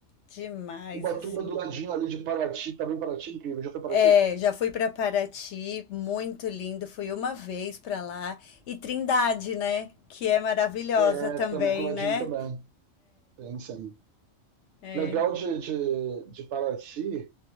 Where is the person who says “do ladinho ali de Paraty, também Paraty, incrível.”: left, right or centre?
Right